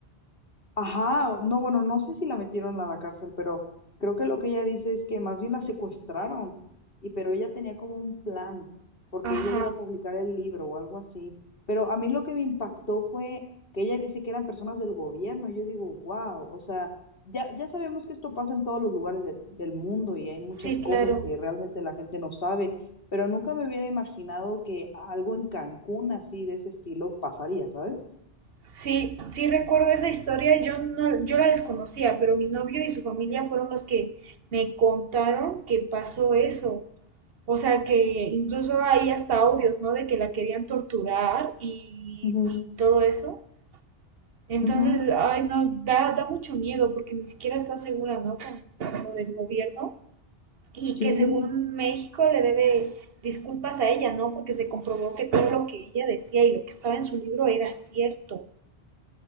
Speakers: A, on the left; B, on the right.
A: Ajá, o- no, bueno, no sé si la metieron a la cárcel, pero creo que lo que ella dice es que más bien la secuestraron, y pero ella tenía como un plan, porque
B: Ajá,
A: ella iba a publicar el libro o algo así. Pero a mí lo que me impactó fue que ella dice que eran personas del gobierno, y yo digo, wow, o sea, ya, ya sabemos que esto pasa en todos los lugares de- del mundo y hay muchas
B: sí,
A: cosas
B: claro.
A: que realmente la gente no sabe, pero nunca me hubiera imaginado que algo en Cancún así de ese estilo pasaría, ¿sabes?
B: Sí, sí recuerdo esa historia, yo no, yo la desconocía, pero mi novio y su familia fueron los que me contaron que pasó eso. O sea que incluso hay hasta audios, ¿no? De que la querían torturar y,
A: Ujú,
B: y todo eso. Entonces,
A: ujú,
B: ay, no, da, da mucho miedo porque ni siquiera está segura, ¿no? Con, con lo del gobierno. Y
A: Sí.
B: que según México le debe disculpas a ella, ¿no? Porque se comprobó que todo lo que ella decía y lo que estaba en su libro era cierto.